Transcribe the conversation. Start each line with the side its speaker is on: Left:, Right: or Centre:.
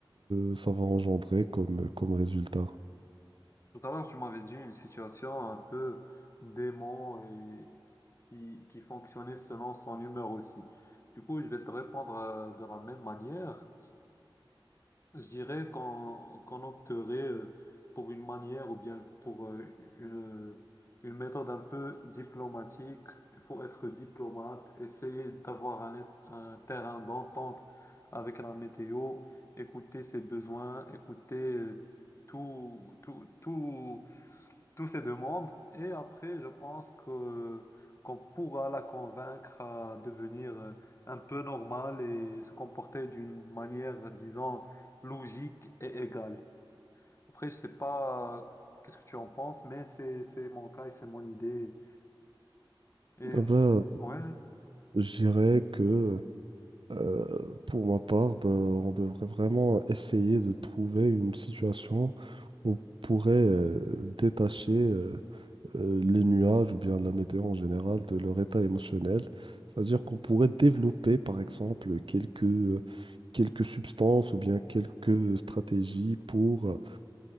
Right: euh, ça va engendrer comme, comme résultat?
Left: Tout à l'heure, tu m'avais dit une situation un peu dément et qui, qui fonctionnait selon son humeur aussi. Du coup, je vais te répondre euh, de la même manière. Je dirais qu'on qu'on opterait euh, pour une manière ou bien pour euh, une, une méthode un peu diplomatique. Il faut être diplomate, essayer d'avoir un, é- un terrain d'entente avec la météo, écouter ses besoins, écouter euh, tout, tout, tout toutes ces demandes et après, je pense que qu'on pourra la convaincre à devenir euh, un peu normale et se comporter d'une manière, disons, logique et égale. Après, je sais pas euh, qu'est-ce que tu en penses, mais c'est c'est mon cas et c'est mon idée. Et
Right: Eh
Left: c'est-
Right: ben,
Left: ouais,
Right: je dirais que euh, pour ma part, ben, on devrait vraiment essayer de trouver une situation où on pourrait euh, détacher. euh, euh, les nuages ou bien la météo en général, de leur état émotionnel. C'est-à-dire qu'on pourrait développer, par exemple, quelques, euh, quelques substances ou bien quelques stratégies pour euh,